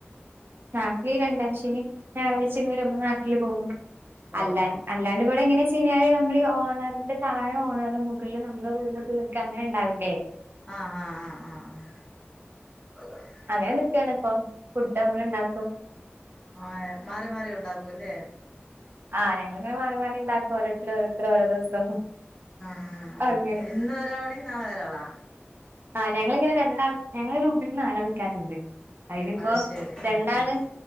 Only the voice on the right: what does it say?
നാട്ട്ലീ രണ്ടാശെനിം ഞായറാഴ്ച വെരുമ്പോ നാട്ടില് പോവും
അല്ലാ
അല്ല അല്ലാണ്ട് ഇവടെ എങ്ങനെച്ചയ്ഞാല് നമ്മളീ ഓണറിന്റെ താഴെ ഓണറും മുകളിൽ നമ്മള് റൂമ്ട്ത്ത് നിക്ക അങ്ങനെണ്ടാവില്ലേ
അങ്ങനെ നിക്കാണ് പ്പം ഫുഡ് നമ്മള്ണ്ടാക്കും
ആ ഞങ്ങള്ങ്ങനെ മാറി മാറി ണ്ടാക്കും ഓരോരുത്തരോരോ ര്ത്തരോരോ ദിവസം
അങ്ങനെ
ആ ഞങ്ങളിങ്ങനെ രണ്ടാൾ ഞങ്ങളെ റൂമില് നാലാൾക്കാര്ണ്ട് അയ്നിപ്പോ
രണ്ടാണ്